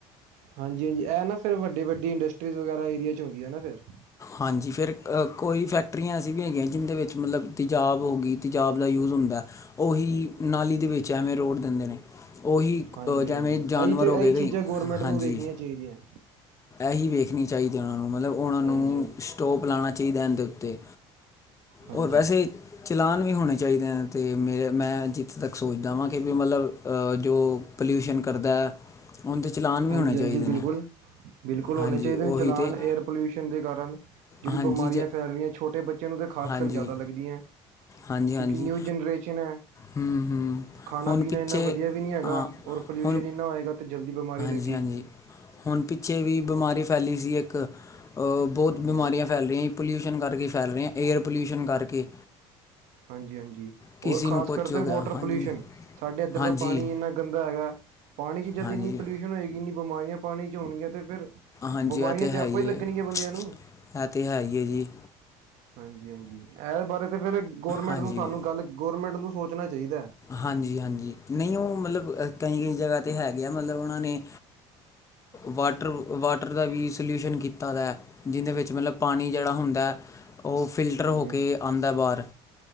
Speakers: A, on the right; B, on the left.
A: ਹਾਂਜੀ-ਹਾਂਜੀ ਇਹ ਨਾ ਫਿਰ ਵੱਡੀ-ਵੱਡੀ ਇੰਡਸਟਰੀਜ਼ ਵਗੈਰਾ ਏਰੀਆ ਚ ਹੁੰਦੀਆ ਫਿਰ
B: ਹਾਂਜੀ ਫਿਰ ਕੋਈ ਫੈਕਟਰੀਆਂ ਐਸੀ ਵੀ ਹੈਗੀਆਂ ਜਿਦੇ ਵਿੱਚ ਮਤਲਬ ਤਜਾਬ ਹੋ ਗਈ। ਤੇਜਾਬ ਦਾ ਯੂਜ ਹੁੰਦਾ ਉਹੀ ਨਾਲੀ ਦੇ ਵਿੱਚ ਐਵੇਂ ਰੋਡ ਦਿੰਦੇ ਨੇ। ਉਹੀ
A: ਹਾਂਜੀ
B: ਜਿਵੇਂ
A: ਹਾਂਜੀ
B: ਜਾਨਵਰ
A: ਆਹੀ ਤੇ
B: ਹੋ ਗਏ
A: ਇਹੀ
B: ਗਏ
A: ਚੀਜ਼ਾਂ ਗੌਰਮੈਂਟ
B: ਹਾਂਜੀ।
A: ਨੂੰ ਵੇਖਣੀਆਂ ਚਾਹੀਦੀਆਂ।
B: ਇਹੀ ਵੇਖਣੀ ਚਾਹੀਦੀ ਉਹਨਾਂ ਨੂੰ ਮਤਲਬ ਉਹਨਾਂ ਨੂੰ
A: ਹਾਂਜੀ ਹਾਂਜੀ
B: ਸਟੋਪ ਲਾਉਣਾ ਚਾਹੀਦਾ ਇਹਦੇ ਉੱਤੇ।
A: ਹਾਂਜੀ
B: ਹੋਰ ਵੈਸੇ ਚਲਾਨ ਵੀ ਹੋਣੇ ਚਾਹੀਦੇ ਨੇ ਤੇ ਮੇਰੇ ਮੈਂ ਜਿੱਥੇ ਤੱਕ ਸੋਚਦਾ ਵਾ ਕਿ ਵੀ ਮਤਲਬ ਜੋ ਪੋਲਿਊਸ਼ਨ ਕਰਦਾ ਹੁਣ ਤੇ ਚਲਾਨ ਵੀ
A: ਹਾਂਜੀ
B: ਹੋਣੇ ਚਾਹੀਦੇ
A: ਹਾਂਜੀ
B: ਨੇ
A: ਬਿਲਕੁਲ ਬਿਲਕੁਲ
B: ਹਾਂਜੀ
A: ਹੋਣੇ ਚਾਹੀਦੇ
B: ਉਹੀ
A: ਨੇ ਚਲਾਨ
B: ਤੇ
A: ਏਅਰ ਪੋਲਿਊਸ਼ਨ ਦੇ ਕਾਰਨ ਜਿਹੜੀ
B: ਹਾਂਜੀ
A: ਬਿਮਾਰੀਆਂ
B: ਜੇ
A: ਫੈਲ ਰਹੀਆਂ ਛੋਟੇ ਬੱਚਿਆਂ ਨੂੰ ਤਾਂ ਖਾਸ
B: ਹਾਂਜੀ
A: ਕਰ ਜ਼ਿਆਦਾ ਲੱਗਦੀਆਂ।
B: ਹਾਂਜੀ
A: ਕਿਉਂਕਿ
B: ਹਾਂਜੀ
A: ਨਿਊ ਜਨਰੇਸ਼ਨ।
B: ਹੂੰ ਹੂੰ
A: ਖਾਣਾ
B: ਹੁਣ
A: ਪੀਣਾ
B: ਪਿੱਛੇ
A: ਇੰਨਾ ਵਧੀਆ ਵੀ ਨਹੀਂ ਹੈਗਾ
B: ਹਾਂ
A: ਔਰ ਪੋਲਿਊਸ਼ਨ
B: ਹੁਣ
A: ਇੰਨਾ ਹੋਏਗਾ ਤੇ ਜਲਦੀ ਬਿਮਾਰੀ ਲ
B: ਹਾਂਜੀ ਹਾਂਜੀ, ਹੁਣ ਪਿੱਛੇ ਵੀ ਬਿਮਾਰੀ ਫੈਲੀ ਸੀ ਇੱਕ ਬਹੁਤ
A: ਹਾਂਜੀ
B: ਬਿਮਾਰੀਆਂ ਫੈਲ ਰਹੀਆਂ ਪੋਲਿਊਸ਼ਨ ਕਰਕੇ ਫੈਲ ਰਿਹਾ ਏਅਰ ਪੋਲਿਊਸ਼ਨ ਕਰਕੇ
A: ਹਾਂਜੀ-ਹਾਂਜੀ
B: ਕਿਸੇ
A: ਔਰ ਖ਼ਾਸ
B: ਨੂੰ ਕੁਛ
A: ਕਰਕੇ
B: ਹੋ ਗਿਆ
A: ਵਾਟਰ
B: ਹਾਂਜੀ
A: ਪੋਲਿਊਸ਼ਨ ਸਾਡੇ ਇੱਧਰ
B: ਹਾਂਜੀ
A: ਦਾ ਪਾਣੀ ਇੰਨਾ ਗੰਦਾ ਹੈਗਾ ਪਾਣੀ 'ਚ ਜਦ
B: ਹਾਂਜੀ
A: ਇੰਨੀ ਪੋਲਿਊਸ਼ਨ ਹੋਏਗੀ ਇੰਨੀ ਬਿਮਾਰੀਆਂ ਪਾਣੀ 'ਚ ਹੋਣਗੀਆਂ ਤੇ ਫਿਰ
B: ਹਾਂਜੀ
A: ਬਿਮਾਰੀਆਂ
B: ਇਹ ਤਾਂ ਹੈ
A: ਤੇ ਆਪਾਂ ਹੀ ਲੱਗਣਗੀਆਂ
B: ਹੈ ਇਹ
A: ਬੰਦਿਆਂ ਨੂੰ
B: ਹੈ ਤੇ ਹੈਈ ਆ ਜੀ।
A: ਹਾਂਜੀ-ਹਾਂਜੀ ਇਹਦੇ ਬਾਰੇ ਤੇ ਫਿਰ ਗੌਰਮੈਂਟ
B: ਹਾਂਜੀ
A: ਨੂੰ ਸਾਨੂੰ ਗੱਲ ਗੌਰਮੈਂਟ ਨੂੰ ਸੋਚਣਾ ਚਾਹੀਦਾ।
B: ਹਾਂਜੀ-ਹਾਂਜੀ ਨਹੀਂ ਉਹ ਮਤਲਬ ਕਈ-ਕਈ ਜਗ੍ਹਾ ਹੈਗੇ ਆ ਮਤਲਬ ਉਹਨਾਂ ਨੇ ਵਾਟਰ-ਵਾਟਰ ਦਾ ਵੀ ਸੋਲਿਊਸ਼ਨ ਕੀਤਾ ਦਾ। ਜਿਹਦੇ ਵਿੱਚ ਮਤਲਬ ਪਾਣੀ ਜਿਹੜਾ ਹੁੰਦਾ। ਉਹ ਫਿਲਟਰ
A: ਹਾਂਜੀ
B: ਹੋ ਕੇ
A: ਹਾਂਜੀ
B: ਆਂਦਾ ਬਾਹਰ